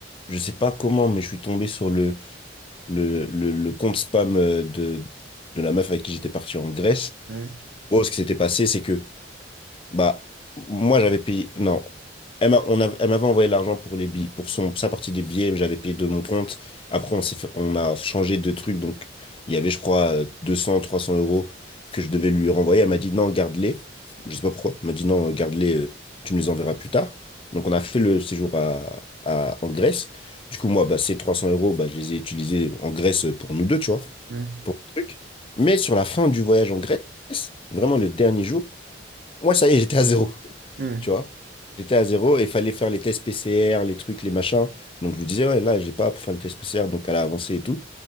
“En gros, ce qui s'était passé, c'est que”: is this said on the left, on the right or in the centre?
Left